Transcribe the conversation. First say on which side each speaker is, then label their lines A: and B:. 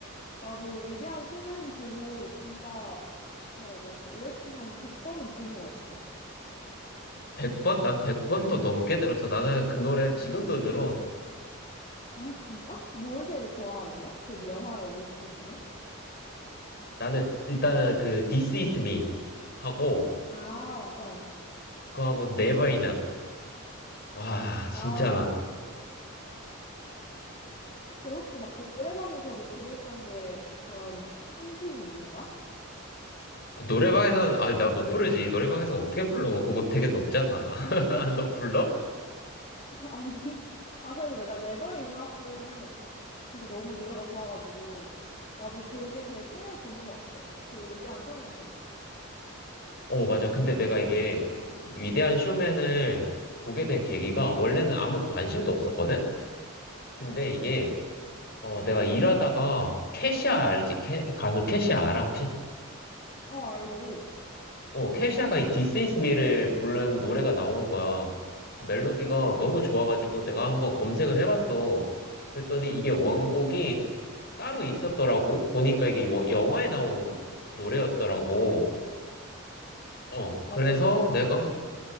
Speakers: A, on the left; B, on the left.
A: 나도 위대한 쇼맨 보고, 진짜, 나, 나 진짜 OST 한 100번은 들은 것 같아.
B: 100번, 난 100번도 넘게 들었어. 나는 그 노래 지금도 들어.
A: 아, 진짜? 뭘 제일 좋아하는데? 그 영화의 OST 중에?
B: 나는 일단은 그 This Is Me 하고,
A: 아, 어.
B: 그거하고 Never Enough. 와, 진짜.
A: 아, 그럼 혹시 막 노래방에서도 부를 정도의 그런 팬심이 있는 거야?
B: 노래방에서는, 아, 나 못 부르지. 노래방에서 어떻게 불러? 그거 되게 높잖아. <laughs>
A: <laughs>
B: 너 불러?
A: <laughs> 아니, 아, 그래도 내가 Never Enough는 진짜 너무 노래가 좋아가지고, 나도 그게 제일 최애 곡인 것 같아. 그 위대한 쇼맨 중에.
B: 어, 맞아. 근데 내가 이게 위대한 쇼맨을 보게 된 계기가 원래는 아무 관심도 없었거든? 근데
A: 응.
B: 이게 어 내가 일하다가 캐시아 알지? 캐, 가수 캐시아 알아 혹시?
A: 어, 알지?
B: 어 캐시아가 이 This Is Me를 부른 노래가 나온 거야. 멜로디가 너무 좋아가지고 내가 한번 검색을 해봤어. 그랬더니 이게 원곡이
A: 응.
B: 따로 있었더라고. 보니까 이게 뭐 영화에 나온 노래였더라고. 어
A: 맞아,
B: 그래서
A: 맞아.
B: 내가